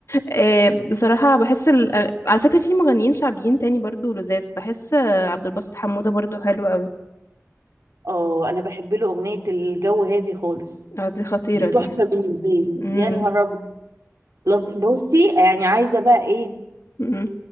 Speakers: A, on the left; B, on the right.
A: آه بصراحة بحس ال... آه، على فكرة في مغنيين شعبيين تاني برضو لذاذ بحس آه، عبد الباسط حمودة برضو حلو قوي
B: اه انا بحب له اغنيه الجو هادي خالص
A: اه دي خطيرة
B: دي تحفة
A: دي
B: بالنسبة لي
A: امم
B: يا نهار أبيض لطي- بصي يعني عايزة بقى إيه
A: امم